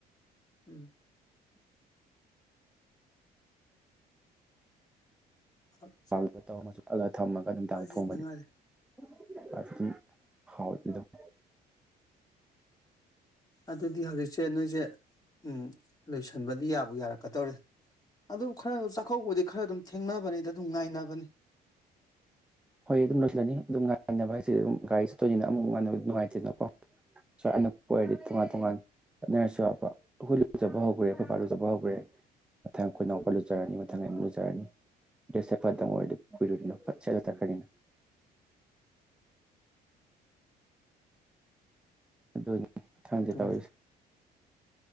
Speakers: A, on the left (about 20°); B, in the centre.
A: ꯎꯝ ꯍꯣꯏ
B: ꯗ ꯇꯧꯔꯒ ꯊꯝꯃꯒ ꯑꯗꯨꯝꯅꯨꯡꯗꯥꯡ ꯊꯣꯡꯕꯅꯤ
A: ꯍꯦꯟꯗ ꯉꯥꯏꯔꯤ
B: <unintelligible>
A: ꯑꯗꯨꯗꯤ ꯍꯧꯖꯤꯛꯁꯦ ꯅꯣꯏꯁꯦ ꯎ ꯂꯣꯏꯁꯟꯕꯗꯤ ꯌꯥꯕꯨ ꯌꯥꯔꯛꯀꯗꯧꯔꯦ ꯑꯗꯨ ꯈꯔ ꯆꯥꯛꯀꯧꯕꯗꯤ ꯈꯔ ꯑꯗꯨꯝ ꯊꯦꯡꯅꯕꯅꯤꯗ ꯑꯗꯨꯝ ꯉꯥꯏꯅꯕꯅꯤ
B: ꯍꯣꯏ ꯑꯗꯨꯝ ꯂꯣꯏꯁꯤꯜꯂꯅꯤ ꯑꯗꯨꯝ ꯉꯥꯏꯟꯅꯕ ꯍꯥꯏꯁꯤꯗꯤ ꯑꯗꯨꯝ ꯒꯥꯔꯤ ꯆꯠꯇꯣꯏꯅꯤꯅ ꯑꯃꯨꯛ ꯉꯥꯟꯅꯕ ꯅꯨꯡꯉꯥꯏꯇꯦꯅꯀꯣ ꯑꯅꯛꯄ ꯑꯣꯏꯔꯗꯤ ꯇꯣꯉꯥꯟ ꯇꯣꯉꯥꯟ ꯆꯠꯅꯔꯁꯨ <unintelligible>
A: ꯎꯝ
B: ꯃꯊꯪ ꯑꯩꯈꯣꯏꯅꯛ ꯂꯨꯖꯔꯅꯤ ꯃꯊꯪ ꯑꯃꯨ ꯂꯨꯖꯔꯅꯤ ꯗ꯭ꯔꯦꯁꯦ ꯐꯠꯇꯪ ꯑꯣꯏꯔ ꯑꯗꯨ ꯀꯏꯔꯣꯏꯅ ꯐꯠꯆꯠ <unintelligible> ꯑꯗꯨꯅꯤ ꯈꯪꯗꯦ
A: ꯑꯗꯨꯅꯤ
B: ꯇꯧꯔꯤꯁꯦ